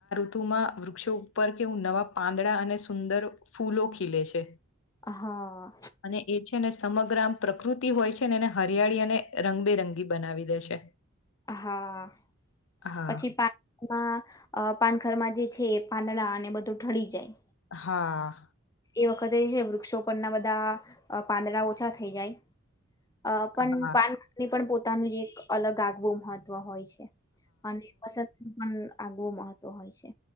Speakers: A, on the left; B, on the left.
A: તુમાં વૃક્ષો ઉપર કેવું નવા પાંદડા અને સુંદર ફૂલો ખીલે છે.
B: હા.
A: અને એ છે ને સમગ્ર આમ પ્રકૃતિ હોય છે ને એને હરિયાળી અને રંગબેરંગી બનાવી દે છે.
B: હા
A: હા
B: પછી પાન માં અ પાનખરમાં જે છે પાંદડાં અને બધું ઠળી જાય.
A: હા.
B: એ વખતે છે વૃક્ષો પરના બધા અ પાંદડા ઓછા થઈ જાય. અ પણ
A: હા
B: પાનખને પણ પોતાનું, જ એક અલગ આગવું મહત્વ હોય છે. અને પસનુ પણ આગવો મહતોવ હોય છે.